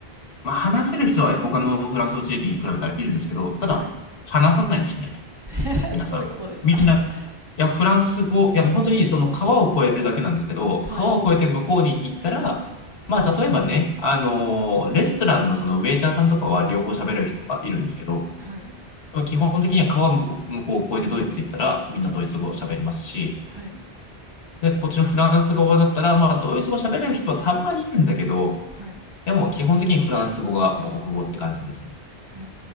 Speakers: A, on the left; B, on the right.
A: まあ、話せる人は他のフランスの地域に比べたらいるんですけど、ただ、
B: はい。
A: 話さないですね。
B: <laughs>
A: 皆さん。
B: どういうことですか
A: みんな、いや、フランス語、いや、本当にその川を越えるだけなんですけど、
B: はい。
A: 川を越えて向こうに行ったら、まあ、
B: はい。
A: 例えばね、あのーレストランのそのウェイターさんとかは両方喋れる人とかいるんですけど、
B: はい。
A: 基本的には川向こう向こうを越えてドイツ行ったら、みんなドイツ語を喋りますし、
B: はい。
A: で、こっちのフランス語だったら、まあ、ドイツ語喋れる人はたまにいるんだけど、
B: はい。
A: でも基本的にフランス語が母国語って感じですね。
B: へ